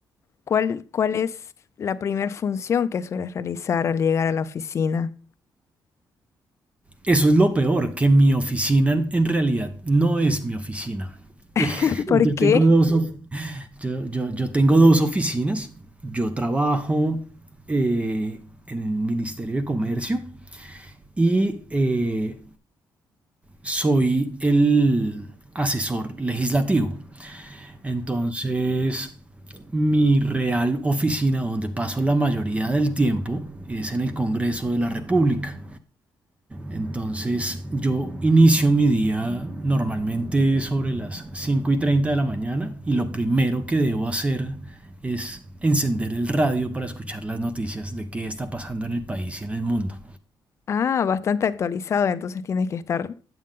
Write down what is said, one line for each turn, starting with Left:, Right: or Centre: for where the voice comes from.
Left: cuál, cuál es la primer función que sueles realizar al llegar a la oficina?
Right: Eso es lo peor, que mi oficina en realidad no es mi oficina. Eh,
Left: <laughs> ¿Por
Right: yo
Left: qué?
Right: tengo dos, of- yo, yo- yo tengo dos oficinas. Yo trabajo eh, en el Ministerio de Comercio y eh, soy el asesor legislativo. Entonces, mi real oficina donde paso la mayoría del tiempo es en el Congreso de la República. Entonces yo inicio mi día normalmente sobre las 5 y 30 de la mañana y lo primero que debo hacer es encender el radio para escuchar las noticias de qué está pasando en el país y en el mundo.
Left: Ah, bastante actualizado, entonces tienes que estar